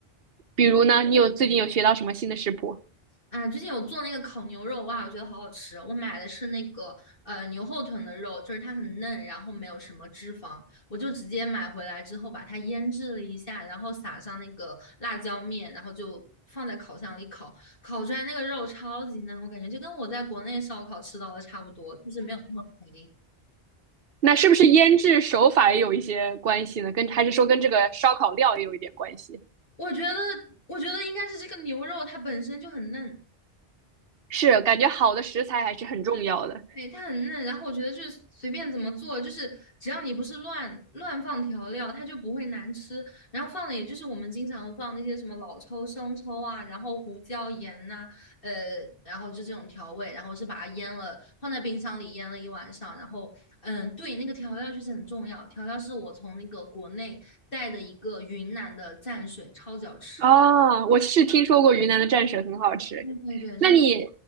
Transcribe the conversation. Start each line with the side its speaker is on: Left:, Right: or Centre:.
Right: 比如呢，你有最近有学到什么新的食谱？
Left: 啊，最近有做那个烤牛肉，哇，我觉得好好吃哦。我买的是那个呃牛后臀的肉，就是它很嫩，然后没有什么脂肪，我就直接买回来之后把它腌制了一下，然后撒上那个辣椒面，然后就放在烤箱里烤，烤出来那个肉超级嫩，我感觉就跟我在国内烧烤吃到的差不多，就是没有那么肥。
Right: 那是不是腌制手法也有一些关系呢？跟还是说跟这个烧烤料也有一点关系？
Left: 我觉得，我觉得应该是这个牛肉它本身就很嫩。
Right: 是，感觉好的食材还是很重要的。
Left: 对，它很嫩，然后我觉得就是随便怎么做，就是只要你不是乱乱放调料，它就不会难吃。然后放的也就是我们经常放那些什么老抽、生抽啊，然后胡椒、盐呐、呃，然后就这种调味，然后是把它腌了，放在冰箱里腌了一晚上。然后，嗯，对，那个调料就是很重要，调料是我从那个国内带的一个云南的蘸水，超级好吃。
Right: 哦，我是听说过云南的蘸水很好吃。
Left: 对对对，
Right: 那你，
Left: 真的是。